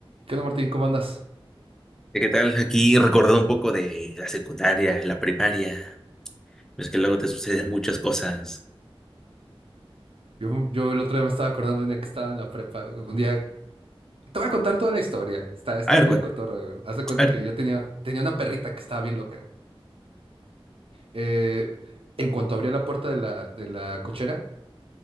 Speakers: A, on the right; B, in the centre.
A: ¿Qué onda, Martín? ¿Cómo andas?
B: ¿Qué tal? Aquí recordando un poco de la secundaria, la primaria. Es que luego te suceden muchas cosas.
A: Yo, yo el otro día me estaba acordando de un día que estaba en la prepa. Un día, te voy a contar toda la historia. Está, está
B: A ver,
A: bien
B: cuál.
A: cotorra. güey. Haz de cuenta
B: A ver,
A: que yo tenía, tenía una perrita que estaba bien loca. güey. Eh, en cuanto abría la puerta de la, de la cochera,